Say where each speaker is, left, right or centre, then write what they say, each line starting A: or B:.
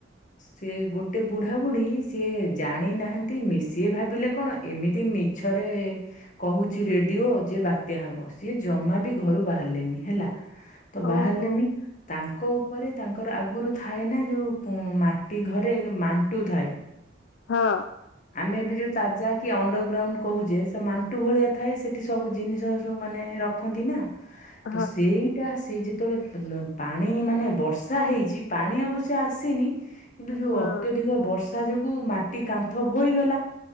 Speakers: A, on the left; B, on the left.
A: ସେ ଗୋଟେ ବୁଢାବୁଢ଼ୀ ସିଏ ଜାଣି ନାହାନ୍ତି ମିଶି ସିଏ ଭାବିଲେ କଣ ଏମି ତି ମିଛରେ କହୁଛି ରେଡିଓ ଯେ ବାତ୍ୟା ହବ ସିଏ ଜମା ବି ଘରୁ ବାହାରିଲେନି ହେଲା। ତ
B: ଓହୋ
A: ବାହାରିଲେନି ତାଙ୍କ ଉପରେ ତାଙ୍କର ଆଗରୁ ଥାଏ ନା ଯୋଉ ମା ଟି ଘରେ ଯୋ ମାଣ୍ଟୁ ଥାଏ।
B: ହଁ।
A: ଆମେ ଏବେ ଯୋଉ ତାଜା କି ଅଣ୍ଡର ଗ୍ରାଉଣ୍ଡ କହୁଛେ ସେ ମାଣ୍ଟୁ ଭଳିଆ ଥାଏ ସେ ସେଠି ସବୁ ଜିନିଷ ସବୁ ମାନେ ରଖନ୍ତି ନା।
B: <inaudible>
A: ତ ସେଇଟା ସିଏ ଯେତେବେଳେ ପ୍ ପାଣି ମାନେ ବର୍ଷା ହେଇଛି ପାଣି ଅବଶ୍ୟ ଆସିନି। କିନ୍ତୁ ଯୋଉ
B: ହଁ
A: ଅତ୍ୟଧିକ ବର୍ଷା ଯୋଗୁ ମାଟି କାନ୍ଥ ଭୋଇଗଲା।